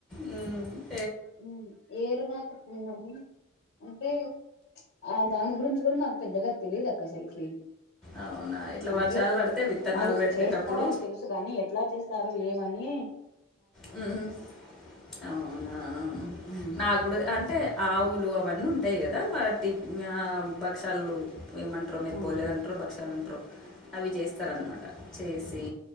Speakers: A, in the centre; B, on the left (about 55°).
A: హ్మ్మ్
B: హ్మ్మ్ ఏరువాక పున్నమి అంటే ఆ దాని గురించి కూడా నాకు పెద్దగా తెలియదు అక్క అసలుకి
A: అవునా ఇట్లా
B: అంటే
A: వర్షాలు పడితే విత్తనాలు
B: అది
A: పెట్టేటప్పుడు
B: చేస్తారని తెలుసు కాగాని ఎట్లా చేస్తారు ఏ మనీ
A: హ్మ్మ్ అవునా
B: ఉమ్,
A: నా కూడా అంటే ఆవులు అవన్నీ ఉంటాయి కదా వాటి భక్షలు ఏమంటారు మీరు
B: ఆ
A: పోలేలులాంటారో భక్షాలూ అంటారో అవి చేస్తారన్నమాట చేసి